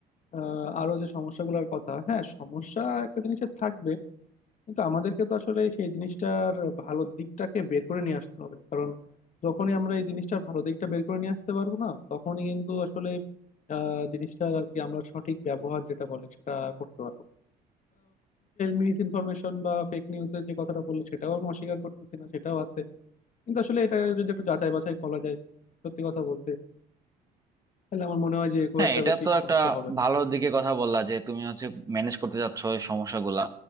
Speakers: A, on the left (about 45°); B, on the right (about 20°).
A: আহ, আরো যে সমস্যাগুলোর কথা হ্যাঁ সমস্যা একটা জিনিসের থাকবে কিন্তু আমাদেরকে তো আসলে সেই জিনিসটার ভালো দিকটাকে বের করে নিয়ে আসতে হবে কারণ যখনই আমরা এই জিনিসটার ভালো দিকটা বের করে নিয়ে আসতে পারবো না তখনই কিন্তু আসলে আহ জিনিসটার আর কি আমরা সঠিক ব্যবহার যেটা বলে সেটা করতে পারবো মিস ইনফরমেশন বা ফেক নিউজের যে কথাটা বললে সেটাও আমি অস্বীকার করতেছি না সেটাও আছে কিন্তু আসলে এটা যদি একটু যাচাই বাছাই করা যায় সত্যি কথা বলতে তাহলে আমার মনে হয় যে খুব
B: হ্যাঁ
A: একটা
B: এটা
A: বেশি
B: তো
A: সমস্যা
B: একটা
A: হবে না
B: ভালো দিকে কথা বললা যে তুমি হচ্ছে ম্যানেজ করতে চাচ্ছ এই সমস্যাগুলা